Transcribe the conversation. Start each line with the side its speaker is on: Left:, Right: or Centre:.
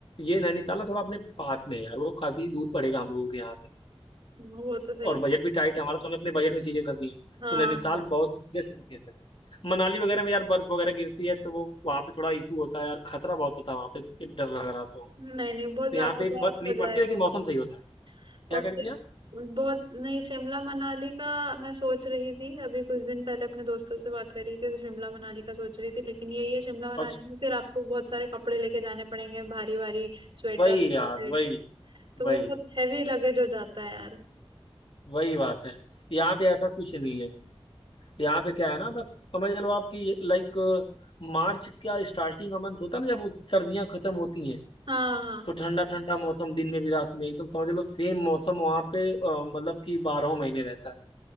Left: ये नैनीताल ना थोड़ा अपने पास में है यार वो काफी दूर पड़ेगा हम लोगों के यहाँ से
Right: वो तो सही
Left: और बजट भी टाइट है हमारा तो हमें अपने बजट में चीजें करनी है
Right: हाँ
Left: तो नैनीताल
Right: हाँ।
Left: बहुत बेस्ट लोकेशन है मनाली वगैरह में यार बर्फ वगैरह गिरती है तो वो वहाँ पे थोड़ा इशू होता है यार खतरा बहुत होता है वहाँ पे तो ये डर लग रहा था वहाँ पे
Right: नहीं नहीं बहुत
Left: तो
Right: ज्यादा
Left: यहाँ पे
Right: बर्फ
Left: बर्फ नहीं
Right: हो जाएगा
Left: पड़ती लेकिन
Right: वो
Left: मौसम
Right: तो
Left: सही होता है क्या
Right: और
Left: कह
Right: फिर
Left: रही थी आप
Right: बहुत नहीं शिमला मनाली का मैं सोच रही थी अभी कुछ दिन पहले अपने दोस्तों से बात कर रही थी तो शिमला मनाली का सोच रही थी लेकिन यही है शिमला मनाली
Left: अच्छा
Right: में फिर आपको बहुत सारे कपड़े लेके जाने पड़ेंगे भारी भारी स्वेटर
Left: वही यार
Right: jackets,
Left: वही
Right: तो
Left: वही
Right: वो बहुत हैवी लगेज हो जाता है यार
Left: वही बात है यहाँ पे ऐसा कुछ नहीं है यहाँ पे क्या है ना बस समझ लो आपकी लाइक मार्च का स्टार्टिंग का मंथ होता है ना जब सर्दियां खत्म होती हैं
Right: हाँ हाँ
Left: तो ठंडा ठंडा मौसम दिन में भी रात में एकदम समझ लो सेम मौसम वहाँ पे अ, मतलब कि बारह महीने रहता है